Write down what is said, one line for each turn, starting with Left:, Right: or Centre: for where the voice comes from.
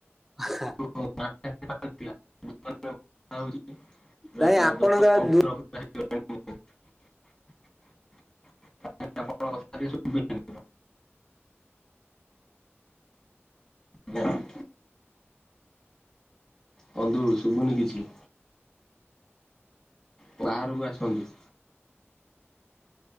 Centre: ଆଛ <unintelligible>
Left: <unintelligible> ପଣଥା
Centre: ନାଇଁ ଆପଣଙ୍କ ଦୁ
Left: <inaudible> ହଜ୍ <inaudible> ବନ୍ଧୁ ଶୁଭୁନି କିଛି। ବାହାରକୁ ଆସନ୍ତୁ।